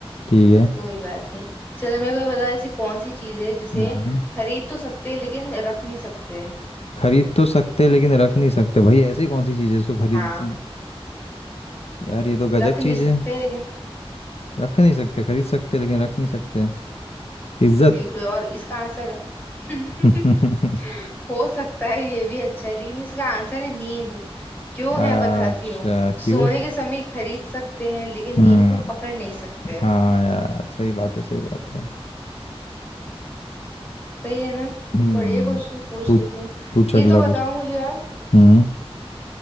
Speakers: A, on the left (about 80°); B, on the left (about 15°).
A: ठीक है
B: कोई बात नहीं चलो मेरे को ये बताओ ऐसी कौन सी चीज है जिसे
A: हाँ
B: खरीद तो सकते हैं लेकिन रख नहीं सकते
A: खरीद तो सकते लेकिन रख नहीं सकते भाई ऐसी कौन सी चीज़ है इसको खरीद
B: हाँ
A: यार ये तो गजब
B: रख नहीं
A: चीज है
B: सकते लेकिन
A: रख नहीं सकते खरीद सकते लेकिन रख नहीं सकते इज्जत
B: बिल्कुल और इसका आंसर <laughs>
A: <laughs>
B: हो सकता है ये भी अच्छा है लेकिन इसका आंसर है नींद क्यों
A: अच्छा
B: है बताती हूँ
A: क्यों
B: सोने के समय खरीद सकते हैं लेकिन
A: हम्म
B: नींद को पकड़ नहीं सकते हैं
A: हाँ यार सही बात है सही बात है
B: सही है ना
A: हम्म
B: बढ़िया क्वेश्चन पूछ
A: पूछ
B: लेती हूँ
A: पूछ
B: ये
A: अगला
B: तो बताओ
A: कुछ
B: मुझे आप
A: हम्म